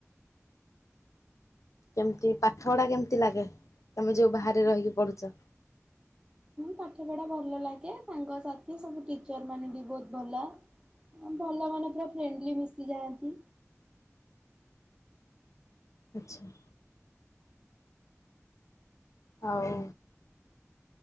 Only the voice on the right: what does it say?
ହଁ
ପାଠ ପଢା ଭଲ ଲାଗେ ସାଙ୍ଗସାଥି ସବୁ ଟିଚର ମାନେ ବି ବହୁତ ଭଲ ଭଲ ମାନ ପୁରା ଫ୍ରେଣ୍ଡଲି ମିଶିଯାଆନ୍ତି।